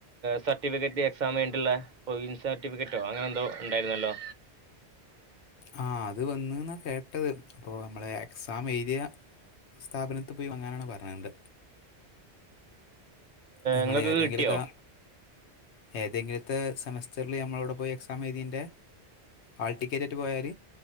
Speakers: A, on the right; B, on the left.
A: സർട്ടിഫിക്കറ്റ് എക്സാം കഴിഞ്ഞിട്ടുള്ള കോവിൻ സർട്ടിഫിക്കറ്റോ അങ്ങനെ എന്തോ ഉണ്ടായിരുന്നല്ലോ
B: ആഹ് അത് വന്ന് എന്നാണ് കേട്ടത് അപ്പോൾ നമ്മളെ എക്സാം എഴുതിയ സ്ഥാപനത്ത് പോയി വങ്ങാനാണ് പറഞ്ഞത് നമ്മൾ
A: നിങ്ങൾക്ക്
B: ഏതെങ്കിലൊക്കെ
A: കിട്ടിയോ
B: ഏതെങ്കിലത്തെ സെമസ്റ്ററിൽ നമ്മള് അവിടെ പോയി എക്സാം എഴുതിൻ്റെ ഹാൾ ടിക്കറ്റായിട്ട് പോയാൽ